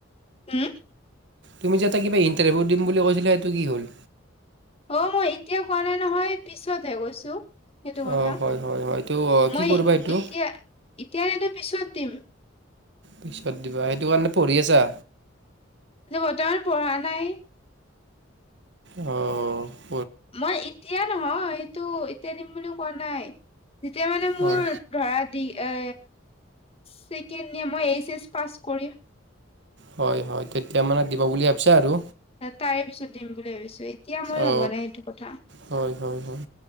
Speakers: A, on the left; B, on the right.
A: উওম'
B: তুমি যে এটা কিবা ইণ্টাৰভিউ দিম বুলি কৈছিলে সেইটো কি হ'ল?
A: অ' মই এতিয়া কোৱা নাই নহয় পিছতহে কৈছো। সেইটো কথা,
B: অ হয় হয় হয় এইটো
A: মই
B: কি কৰিবা এইটো
A: এতিয়া এতিয়া এটো পিছত দিম।
B: পিছত দিবা। সেইটো কাৰণে পঢ়ি আছা?
A: নাই বৰ্তমান পঢ়া নাই।
B: অঁ অঁ
A: মই এতিয়া নহয়, এইটো এতিয়া দিম বুলিও কোৱা নাই। যেতিয়া মানে মোৰ
B: হয়
A: ধৰা ডি এ ছেকেণ্ড ইয়ে মই এইচ এছ পাছ কৰিম।
B: হয় হয় তেতিয়া মানে দিব বুলি ভাবিছে আৰু।
A: তাৰে পিছত দিম বুলি ভাবিছোঁ, এতিয়া মই
B: অ
A: ভবা নাই এইটো কথা।
B: হয় হয় হয়।